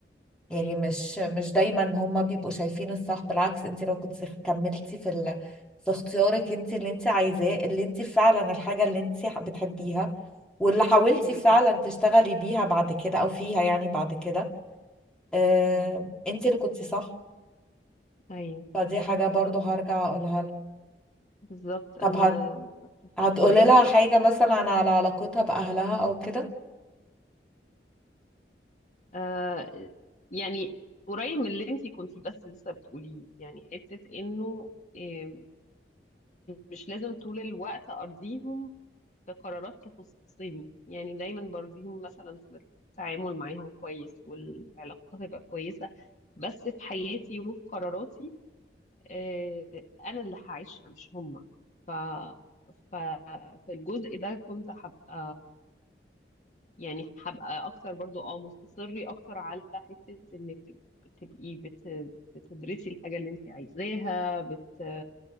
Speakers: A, in the centre; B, on the left.
A: يعني
B: ايوه
A: مش مش
B: بالظبط
A: دايما هما بيبقوا شايفين الصح بالعكس انت لو كنت كملتي في ال... في اختيارك انت اللي انت عايزاه اللي انت فعلا الحاجة اللي انت ح- بتحبيها واللي حاولتي
B: مم.
A: فعلا تشتغلي بيها بعد كده او فيها يعني بعد كده اه...
B: مم.
A: انت اللي كنت صح
B: ايوه
A: فدي حاجة
B: بالظبط
A: برضو هرجع اقولها لها
B: بالظبط
A: طب
B: انا
A: هت...
B: بتفق
A: هتقولي
B: معاكي
A: لها حاجة مثلا على علاقتها بأهلها او كده
B: آه يعني قريب من اللي انتي كنتي بس لسه بتقوليه يعني حتة انه آه، مش لازم طول الوقت ارضيهم في قرارات تخصني يعني دايما برضيهم مثلا في التعامل معاهم كويس والعلاقة تبقى كويسة بس في حياتي وفي قراراتي آه، انا اللي هعيشها مش هما ف ف في الجزء ده كنت هبقى يعني هبقى اكتر برضو اه مصري اكتر على حتة انك تبقي بت... بتدرسي الحاجة اللي انت عايزاها بت...